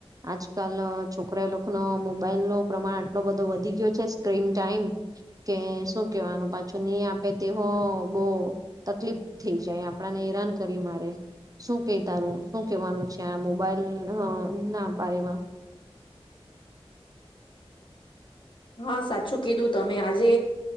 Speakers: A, on the right (about 35°); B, on the left (about 55°).
A: આજકાલ ના છોકરા લોકનો મોબાઈલ નો પ્રમાણ આટલો બધો વધી ગયો છે સ્ક્રીન ટાઈમ કે શું કેવાનું પાછું ની આપે તે હો બો તકલીફ થઈ જાય. આપણાને હેરાન કરી મારે શું કે તારું શું કેવાનું છે આ મોબાઈલ ના બારેમા
B: હા સાચું કીધું તમે. આજે